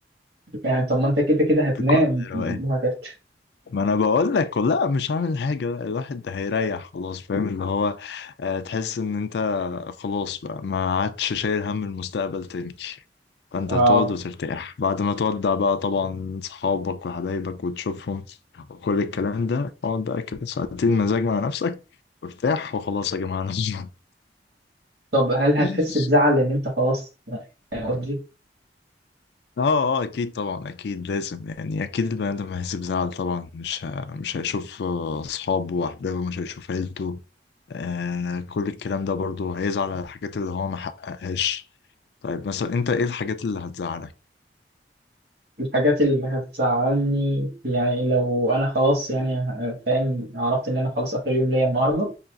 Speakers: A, on the right; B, on the left.
A: يعني طب ما انت كده كده هتنام
B: <laughs> بكل روقان
A: وهترتاح
B: ما انا بقول لك لا مش هعمل حاجه بقى الواحد ده هيريح خلاص فاهم اللي هو آه، تحس ان انت خلاص بقى ما عادش شايل هم المستقبل تاني فانت
A: اه
B: هتقعد وترتاح بعد ما تودع بقى طبعا صحابك وحبايبك وتشوفهم وكل الكلام ده اقعد بقى كده ساعتين مزاج مع نفسك وارتاح وخلاص يا جماعه <laughs>
A: طب هل هتحس
B: انا
A: بزعل ان انت خلاص يعني قصدي
B: اه اه اكيد طبعا اكيد لازم يعني اكيد البني ادم هيحس بزعل طبعا مش ه... مش هيشوف آه، اصحابه واحبابه مش هيشوف عيلته آه كل الكلام ده برضه هيزعل على الحاجات اللي هو ما حققهاش طيب مثلا انت ايه الحاجات اللي هتزعلك
A: الحاجات اللي هتزعلني يعني لو انا خلاص يعني ه- فاهم عرفت ان انا خلاص اخر يوم ليا النهارده